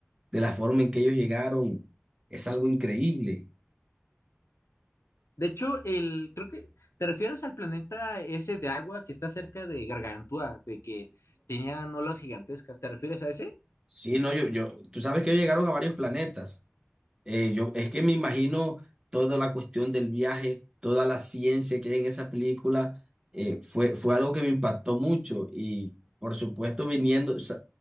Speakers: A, on the right; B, on the left.
A: de la forma en que ellos llegaron, es algo increíble.
B: De hecho, el, creo que te refieres al planeta ese de agua que está cerca de Gargantúa, de que tenía olas gigantescas. ¿Te refieres a ese?
A: Sí, no, yo, yo, tú sabes que ellos llegaron a varios planetas. Eh, yo, es que me imagino toda la cuestión del viaje, toda la ciencia que hay en esa película, eh, fue, fue algo que me impactó mucho y por supuesto viniendo, o sea,